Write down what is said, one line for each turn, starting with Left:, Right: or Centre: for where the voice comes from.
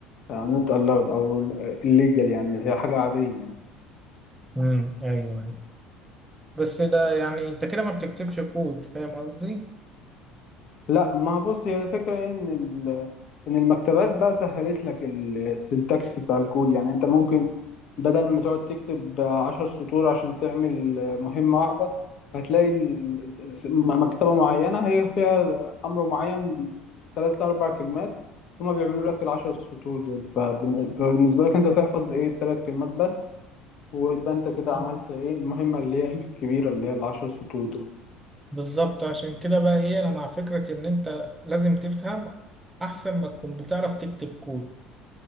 Left: نوت الاود او الليجل يعني هي حاجه عاديه
Right: امم ايوه ايوه بس ده يعني انت كده ما بتكتبش كود فاهم قصدي
Left: لا ما هو بص هي الفكرة إن ال- إن المكتبات بقى سهلت لك ال- السنتكس بتاع الكود يعني أنت ممكن بدل ما تقعد تكتب عشر سطور عشان تعمل مهمة واحدة هتلاقي ال- م- مكتبة معينة هي فيها أمر معين تلات أربع كلمات هما بيعملوا لك العشر سطور دول فبن- فبالنسبة لك أنت تحفظ إيه التلات كلمات بس ويبقى أنت كده
Right: مم.
Left: عملت إيه المهمة اللي هي الكبيرة اللي هي العشر سطور دول
Right: بالظبط عشان كده بقى ايه انا مع فكرة ان انت لازم تفهم احسن ما تكون بتعرف تكتب كود